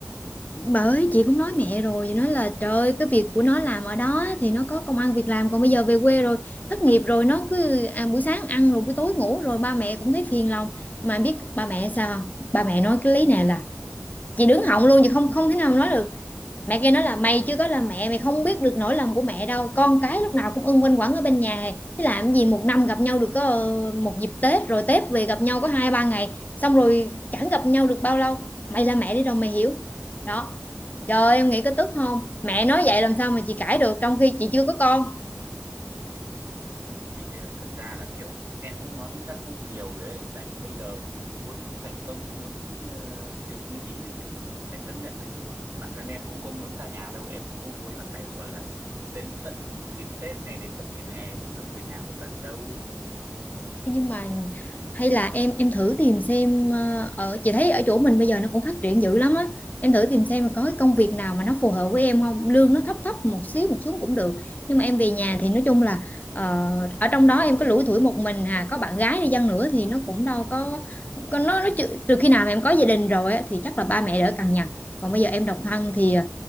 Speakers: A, on the left; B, on the right.
A: bởi chị cũng nói mẹ rồi chị nói là trời ơi, cái việc của nó làm ở đó thì nó có công ăn việc làm còn bây giờ về quê rồi thất nghiệp rồi nó cứ à, buổi sáng ăn rồi buổi tối ngủ rồi ba mẹ cũng thấy phiền lòng mà biết ba mẹ sao không? ba mẹ nói cái lý này là chị đứng họng luôn chị không không thể nào nói được mẹ kia nói là mày chưa có là mẹ mày không biết được nỗi lòng của mẹ đâu con cái lúc nào cũng ưng quanh quẩn ở bên nhà hè. chứ làm gì một năm gặp nhau được có ờ, một dịp Tết rồi Tết về gặp nhau có hai ba ngày xong rồi chẳng gặp nhau được bao lâu mày là mẹ đi rồi mày hiểu đó trời ơi, em nghĩ có tức không mẹ nói vậy làm sao mà chị cãi được trong khi chị chưa có con
B: thì ờ, thật ra là kiểu em cũng nói với các cụ nhiều rồi đấy tại vì bây giờ muốn thành công muốn ờ, được như ý mình thì phải chấp nhận đấy chứ bản thân em cũng có muốn xa nhà đâu em cũng có muốn là phải gọi là đến tận dịp Tết hay đến tận dịp hè mới được về nhà một lần đâu
A: Thế nhưng mà hay là em em thử tìm xem ờ, ở chị thấy ở chỗ mình bây giờ nó cũng phát triển dữ lắm á em thử tìm xem có cái công việc nào mà nó phù hợp với em không lương nó thấp thấp một xíu một xíu cũng được nhưng mà em về nhà thì nói chung là ờ, ở trong đó em có lủi thủi một mình hà có bạn gái đi chăng nữa thì nó cũng đâu có có nó nó trừ, trừ khi nào mà em có gia đình rồi á, thì chắc là ba mẹ đỡ cằn nhằn còn bây giờ em độc thân thì ờ,